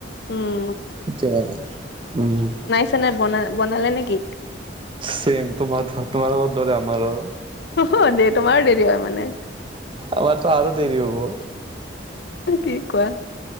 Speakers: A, on the left; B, on the right.
A: উম,
B: আচ্ছা উম
A: চেনাই বনা বনালে নে কি
B: চেম তোমাৰ তোমাৰলোকৰ দৰে আমাৰো
A: অ দে তোমাৰো দেৰি হয় মানে
B: আমাৰতো আৰু দেৰি হব
A: কি কোৱা